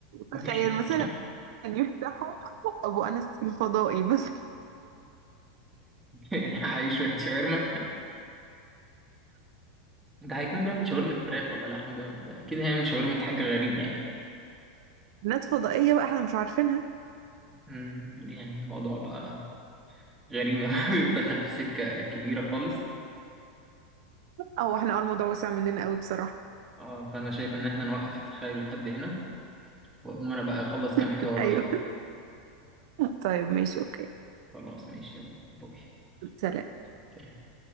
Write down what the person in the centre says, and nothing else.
بيحكي
<laughs>
عليه شويه شاورما ده هيكون بيعمل شاورما فراخ ولا لحم ده, ده اكيد هيعمل شاورما حاجه غريبه يعني
أمم، يعني الموضوع بقى غريبه <laughs> دخل في سكه كبيره خالص
اه فانا شايف ان احنا نوقف التخيل لحد هنا واقوم انا بقى اخلص كام
حاجه ورايا
كده
خلاص ماشي يلا باي
سلام